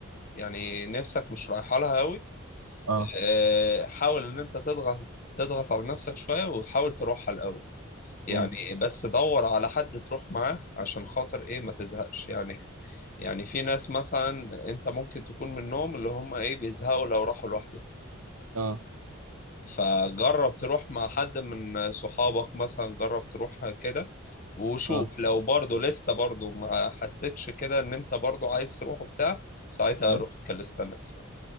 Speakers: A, on the left; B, on the right.
A: يعني نفسك مش رايحه لها قوي
B: اه
A: آه، حاول ان انت تضغط تضغط على نفسك شويه وحاول تروحها الاول يعني
B: امم
A: بس دور على حد تروح معاه عشان خاطر ايه ما تزهقش يعني يعني في ناس مثلا انت ممكن تكون منهم اللي هم ايه بيزهقوا لو راحوا لوحدهم
B: اه
A: فجرب تروح مع حد من صحابك مثلا جرب تروح كده وشوف
B: اه
A: لو برضه لسه برضه ما حسيتش كده ان انت برضه عايز تروح وبتاع ساعتها
B: اه
A: روح كاليستانكس بقى